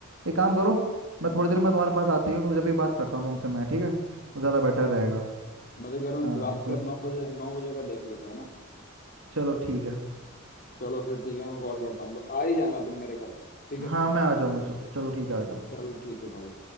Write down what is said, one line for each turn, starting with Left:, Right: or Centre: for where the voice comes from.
Right: एक काम करो मैं
Left: हम्म
Right: थोड़ी देर में तुम्हारे पास आती हूँ तो जब भी बात करता हूँ तुमसे मैं ठीक है वो ज़्यादा बेटर रहेगा
Left: मैं तो कह रहा हूँ
Right: हाँ
Left: रात
Right: तो
Left: का नौ बजे नौ बजे का देख लेते हैं ना
Right: चलो ठीक है
Left: चलो फिर ठीक है मैं कॉल करता हूँ तो आ ही जाना तुम मेरे घर ठीक है
Right: हाँ मैं आ जाऊँगा चलो चलो ठीक है आ जाऊँगा
Left: चलो ठीक है भाई